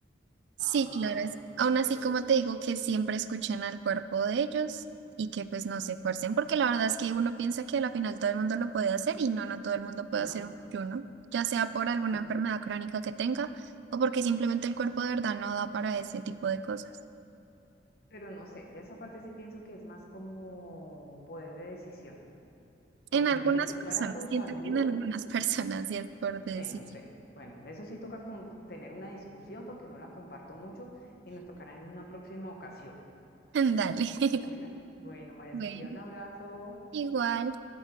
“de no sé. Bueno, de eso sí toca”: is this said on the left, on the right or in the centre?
Left